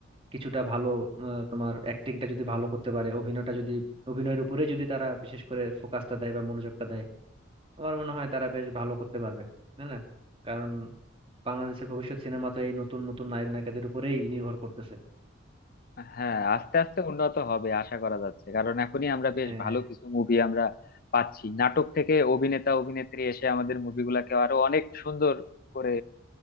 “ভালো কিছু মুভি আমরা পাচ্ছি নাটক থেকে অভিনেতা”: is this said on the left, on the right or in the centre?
Left